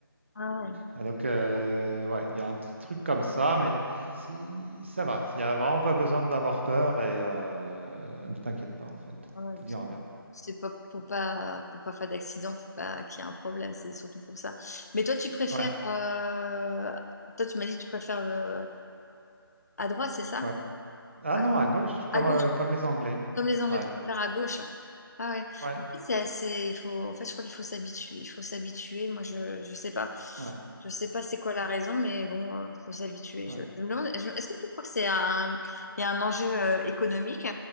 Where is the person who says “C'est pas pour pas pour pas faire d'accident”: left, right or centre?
Left